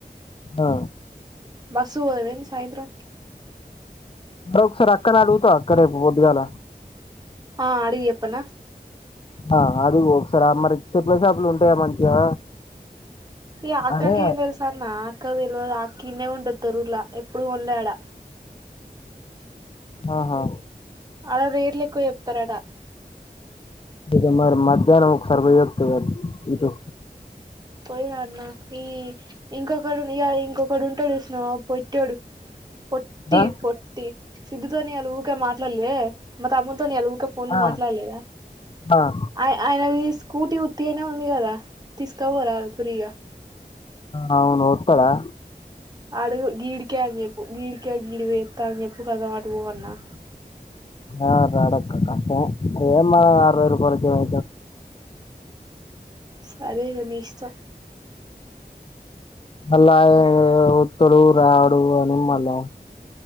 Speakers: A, on the left; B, on the right.
A: ఆ
B: బస్సు పోదవేన్ సాయంత్ర
A: ప్రోక్స్ రక్కల <inaudible> అక్కన అడుగుతా అక్క రేపు పొద్దుగాల
B: ఆ అడిగి చేప్పనా
A: ఆ అది ఒక సారి అమ్మని అడిగితే ప్లే షాప్ లో ఉంటాయ్ మంచిగా
B: ఈ అక్కకి
A: అని
B: ఏమ్ తెల్స్ అన్నా అక్కక్ దేల్వద్ అ కిన్నె ఉంట అది తొరుల్లా ఎప్పుడు వోళ్యాడా
A: ఆహా
B: ఆడ రీర్లిక్కు చెప్తార అటా
A: ఇక మరి మధ్యాహ్ననం సర్వ చేత్తు గాని లే ఇటు
B: పోయి రా అన్న ఈ ఇంకొకడు నీలా ఇంకొకడు ఉంటాడు అసులు పొట్టోడు పొట్టి
A: ఆ
B: పొట్టి సిద్ధుతోనే అలు ఊక మాట్లాల్వే మా తమ్ముడ్నీతో ఇయాల ఊ ఇక ఫోన్లు
A: ఆ
B: మాట్లాడలేదా
A: ఆ
B: ఆయ్ ఆయన అది స్కూటీ ఉత్తిగానే ఉంది కదా తీస్ కోపోరాదు ఫ్రీగా
A: ఆ అవును ఊర్కోరా
B: ఆడుగు గీడికే అని చెప్పు గీడికే గీడి వేస్తా అని చెప్పు కదా వాటు పో అన్న
A: ఆ ద అడఅక్కు ఎ మ్మా అర్ వై రుపాయలకు <inaudible>
B: సరే ఇగా నీ ఇష్టం
A: అల్లా ఇ ఊత్తడు రాడు అని మల్లా